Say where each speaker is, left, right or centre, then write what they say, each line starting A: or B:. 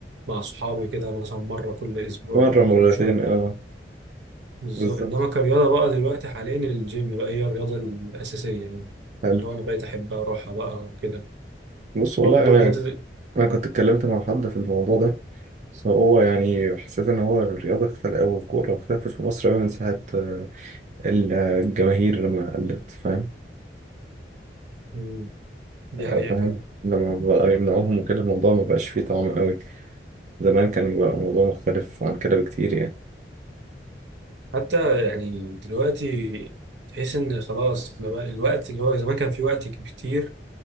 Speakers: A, on the right; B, on the right.
A: مع اصحابي كده مثلا مره كل اسبوع
B: مرة
A: ولا
B: مرتين
A: كل شهر كده
B: اه
A: بالظبط
B: بالظبط
A: انما كرياضه بقى دلوقتي حاليا الجيم بقى هي الرياضه الاساسيه يعني
B: حلو
A: اللي هو انا بقيت احب اروحها بقى وكده
B: بص
A: برضه
B: والله انا
A: الرياضه دي
B: انا كنت اتكلمت مع حد في الموضوع ده بس هو يعني حسيت ان هو الرياضه اختل او الكوره اختلفت في مصر قوي من ساعه آه، الجماهير لما قلت فاهم
A: مم، دي
B: آه،
A: حقيقه
B: فاهم
A: فعلا
B: لما بقى يمنعوهم وكده الموضوع ما بقاش فيه طعم قوي زمان كان بقى الموضوع مختلف عن كده بكتير يعني
A: حتى يعني دلوقتي تحس ان خلاص ما بقى الوقت اللي هو زمان كان في وقت كتير